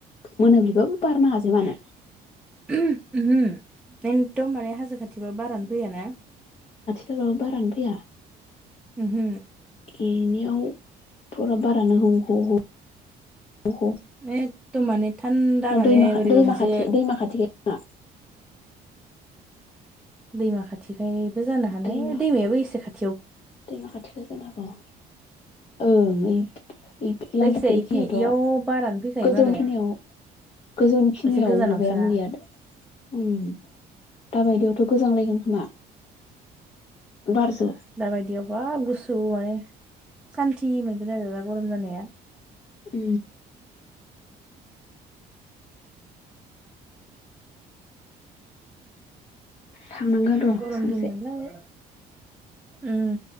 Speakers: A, on the left; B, in the centre.
A: मोनाब्लिबाबो बार नोङाजे मानो?
B: उ उहो एथम माने हाजो खाथिबाबो बारानो फैयाना।
A: खाथिबाबो बारानो फैया।
B: ह हो।
A: बेनियाव फरा बारानो ह ह ह। उह
B: एकदम माने थान्दा माने
A: दै मा
B: बोरैबा
A: दैमा
B: मोनसे
A: खाथि दैमा खाथिखाय। दा।
B: दैमा खाथिखायबो जानो हानाय
A: दैमा
B: दैमायाबो एसे खाथ
A: दैमा खाथिखाय जानो हागौ ओं ओइ। इ लांथा
B: जायखिजाया
A: फ
B: इखि
A: गैयाथ'।
B: इयाव बारानो फैखायो
A: गोजौनिखिनियाव
B: मालाय
A: गोजौनिखिनियाव
B: एसे गोजानावसोना
A: माबायानो गैया दा उ। दाबायदियावथ' गोजांलायगोन खोमा। बारजो
B: दाबायदियाव बाब गुसु माने सान्थि मोनगोन आरो दा गरम जानाया।
A: उ। थांनांगोन र'
B: गरम
A: सानसे
B: दिननालाय। उ